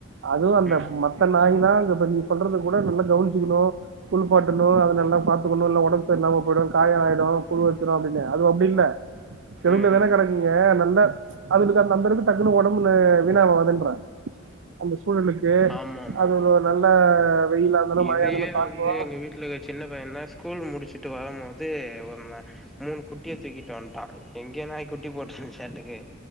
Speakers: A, on the right; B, in the centre.
A: அதுவு அந்த
B: ம்
A: மத் த்த நாய்னா த இப்ப நீ சொல்றத கூட நம்ம கவன்ச்சிக்கிணு குள்ப்பாட்டணு அத நல்லா பாத்துக்குணு இல்லனா ஒடம் சரி இல்லாம போய்டு காயோ ஆய்டும் புழு வச்சிரு அப்டின்னு அது அப்டி இல்ல தெருவுல
B: ம்
A: தானே கடக் இங்க நல்ல அதுகளுக்கு அது நந்தருக்கு டக்குன்னு ஒடம்புனு வீணாவாவாதன்ற அந்த சூழலுக்கு
B: ஆமா ஆமா
A: அது ஒரு நல்ல வெயிலா இருந்தாலு மழையா
B: இதையே
A: இருந்தாலு தாங்கு
B: வந்து எங்க வீட்ல இருக்க சின்ன பையன்ல ஸ்கூல் முடிச் கிட்டு வருமோது ஒரு நா மூணு குட்டிய தூக்கிட்டு வந்ட்டா எங்க நாய் குட்டி போட்றுச்சாட்டுக்கு